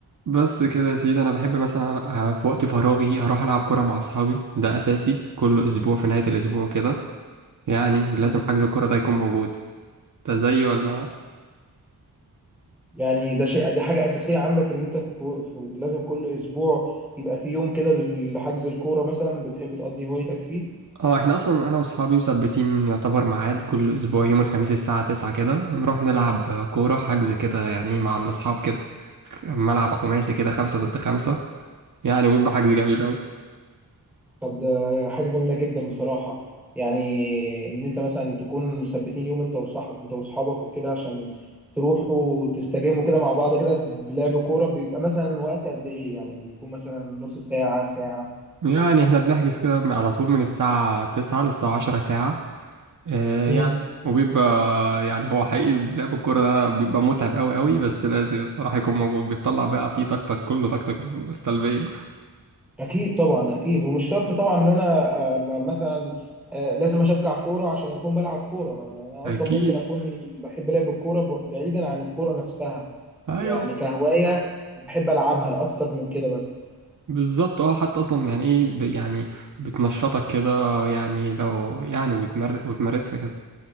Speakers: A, on the right; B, in the centre.
A: بس كده يا سيدي انا بحب مثلا ألع- آه، في وقت فراغي اروح العب كوره مع اصحابي ده اساسي كل اسبوع في نهايه الاسبوع كده يعني لازم
B: مم.
A: حجز الكوره ده يكون موجود ده زي ولا
B: يعني ده شيء دي حاجة أساسية عندك إن أنت في في- لازم كل أسبوع يبقى في يوم كده لحجز الكورة مثلا بتحب تقضي هوايتك فيه
A: اه احنا اصلا انا واصحابي مثبتين يعتبر ميعاد كل اسبوع يوم الخميس الساعه 9 كده نروح نلعب كوره حجز كده يعني مع الاصحاب كده خ- ملعب خماسي كده خمسة ضد خمسة يعني ويبقى حجز جميل أوي
B: طب ده حاجة جميلة جدا بصراحة يعني إن أنت مثلا تكون مثبتين يوم أنت وصح أنت وأصحابك وكده عشان تروحوا تستجموا كده مع بعض كده بلعب كورة بيبقى مثلا وقت قد إيه يعني بيكون مثلا نص ساعة ساعة
A: يعني احنا بنحجز كده على طول من الساعة 9 للساعة 10 ساعة آه،
B: مم.
A: يعني وبيبقى يعني هو حقيقي لعب الكورة ده بيبقى متعب أوي أوي بس لازم الصراحة يكون موجود بيطلع بقى فيه طاقتك كله طاقتك السلبية
B: اكيد طبعا اكيد ومش شرط طبعا ان انا آه، م- مثلا آه، لازم اشجع كوره عشان اكون بلعب كوره يعني انا
A: أكيد
B: اصلا ممكن اكون بحب لعب الكوره ب- بعيدا عن الكوره نفسها
A: أيوه
B: يعني كهوايه بحب العبها لاكتر من كده بس
A: بالظبط اه حتى أصلا يعني إيه ب- يعني بتنشطك كده يعني لو يعني وتمر وتمارسها كده